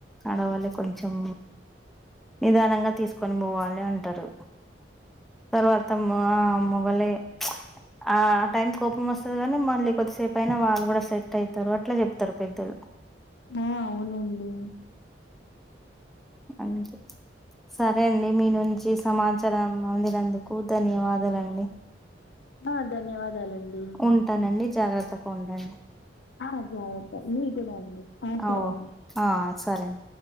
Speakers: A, in the centre; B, on the left (about 70°).
A: ఆడవాళ్ళే కొంచెం నిదానంగా తీసుకొని పోవాలే అంటారు తరువాత మా మొగల్లే ఆ టైం కోపం వస్తది కానీ మళ్ళీ కొద్దిసేపు అయినా వాళ్ళు కూడా సెట్ అవుతారు అట్లా చెప్తారు పెద్దలు
B: ఆ అవునండి
A: అనస్ సరే అండి మీ నుంచి సమాచారం అందినందుకు ధన్యవాదాలండి
B: ఆ ధన్యవాదాలండి
A: ఉంటానండి జాగ్రత్తగా ఉండండి
B: ఆ జాగ్రత్త మీ కూడా అండి ఆ సరే
A: ఓ
B: అండి
A: ఆ సరే అండి